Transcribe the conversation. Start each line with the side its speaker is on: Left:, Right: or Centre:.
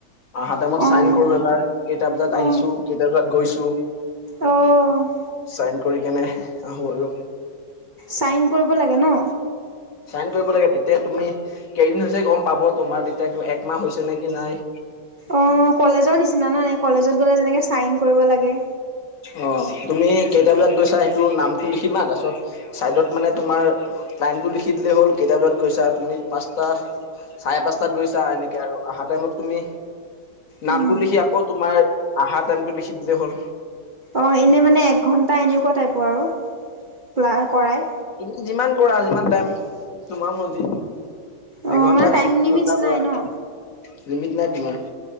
Left: আহা
Right: পেলাই।
Left: টাইমত চাইন কৰো এবাৰ। কেইটা বজাত আহিছো,
Right: অ
Left: কেইটা বজাত গৈছো।
Right: অ অ
Left: চাইন কৰি কেনে আহো আৰু।
Right: চাইন কৰিব লাগে ন?
Left: চাইন কৰিব লাগে। তেতিয়া তুমি কেইদিন হৈছে গম পাব তোমাৰ তেতিয়া একমাহ হৈছে নে কি নাই।
Right: অ, কলেজৰ নিচিনা ন? নাই কলেজত গ'লে যেনেকে চাইন কৰিব লাগে।
Left: অ, তুমি কেইটা বজাত গৈছা সেইটো নামটো লিখিবা, তাৰপিছত ছাইডত মানে তোমাৰ টাইমটো লিখি দিলে হ'ল কেইটা বজাত গৈছা তুমি। পাঁচটা চাৰে পাঁচটাত গৈছা। এনেকে আৰু আহা টাইমত তুমি
Right: উম,
Left: নামটো লিখি আকৌ তোমাৰ আহা টাইমটো লিখি দিলেই হ'ল।
Right: অ, এনে মানে এঘণ্টা এনেকুৱা টাইপৰ আৰু ক্লা কৰায়।
Left: এ যিমান কৰা যিমান টাইম তোমাৰ মৰজি।
Right: অ',
Left: এঘন্টা
Right: মানে টাইম
Left: কি
Right: লিমিটছ
Left: ঘণ্টা
Right: নাই
Left: কৰা কৰা।
Right: ন?
Left: লিমিট নাই তোমাৰ।